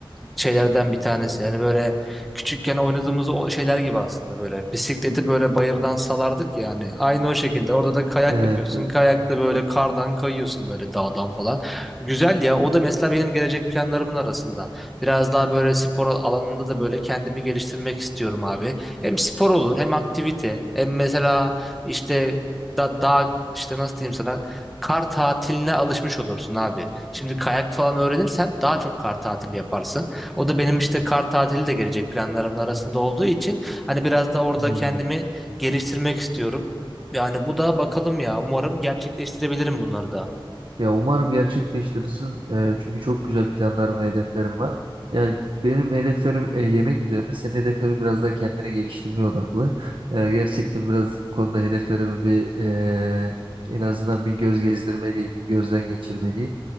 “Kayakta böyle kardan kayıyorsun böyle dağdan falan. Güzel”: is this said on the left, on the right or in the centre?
Centre